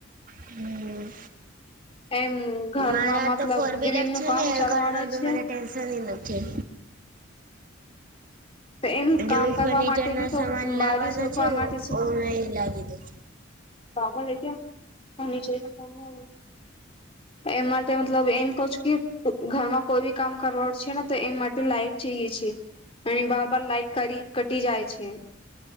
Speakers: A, on the right (about 40°); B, on the left (about 30°).
A: હમ્મ
B: એમ ઘરમાં
A: મારા
B: મતલબ
A: તો ફોર વ્હીલર
B: ગ્રીલ નું
A: છે
B: કામ
A: ને
B: ચાલવાનું
A: ઘર મા મબી
B: છે
A: મને ટેન્શન નથી.
B: તો એમ
A: જેવી
B: કામ કરવા
A: ફર્નિચર
B: માટે
A: ના
B: બી
A: સામાન
B: તો બારીશ
A: લાવવાના
B: રોકવા
A: છે
B: માટે
A: ઓમે લાગી દો.
B: પાગલ હે ક્યા <unintelligible> એ માટે મતલબ એમ કહું છુકી ઘરમાં કોઈ બી કામ કરવાનું છે ને તો એમ માટે લાઈટ જઈએ એ ચએ છીએ. અને બાર બાર લાઈઇટ કરી કટી જાય છે.